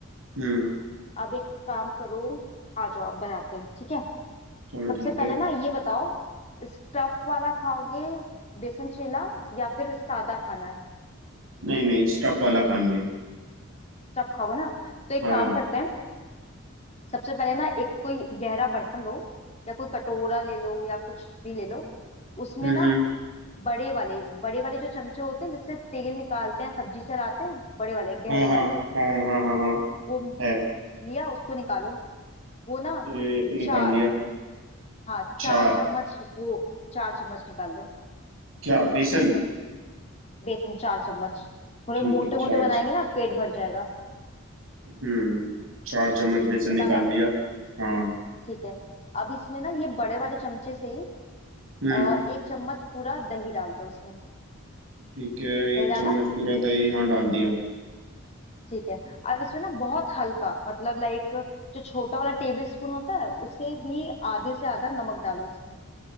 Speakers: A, on the right (about 70°); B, on the left (about 30°).
A: हम्म
B: अब एक काम करो आ जाओ आप बनाते हैं ठीक है
A: चलो
B: सबसे
A: ठीक
B: पहले
A: है
B: ना ये बताओ स्टफ वाला खाओगे बेसन चीला या फिर सादा खाना है
A: नहीं नहीं स्टफ वाला काम है
B: स्टफ खाओगे ना तो एक
A: हाँ
B: काम करते हैं सबसे पहले ना एक कोई गहरा बर्तन लो या कोई कटोरा ले लो या कुछ भी ले लो उसमें
A: हम्म
B: ना
A: हम्म
B: बड़े वाले बड़े वाले जो चमचे होते हैं जिससे तेल निकालते हैं सब्जी चलाते हैं बड़े वाले गहरे
A: हाँ हाँ
B: वाले
A: हाँ हाँ हाँ हाँ
B: वो
A: है
B: लिया उसको निकालो वो ना
A: ये निकाल
B: चार
A: लिया
B: हाँ
A: चार
B: चार चम्मच वो चार चम्मच निकाल लो
A: क्या बेसन
B: बेसन चार चम्मच थोड़े
A: ठीक
B: मोटे
A: है
B: मोटे
A: चार
B: बनाएंगे
A: च-
B: ना पेट भर जाएगा
A: हम्म चार चम्मच बेसन
B: निकाला
A: निकाल लिया हाँ
B: ठीक है अब इसमें ना ये बड़े वाले चमचे से ही
A: हम्म
B: अ, एक चम्मच पूरा दही डाल दो इसमें
A: ठीक है
B: दही
A: एक
B: डाला
A: चम्मच पूरा दही हाँ डाल दिया
B: ठीक है अब इसमें ना बहुत हल्का मतलब लाइक जो छोटा वाला टेबल स्पून होता है उसे भी आधे से आधा नमक डालो उसमें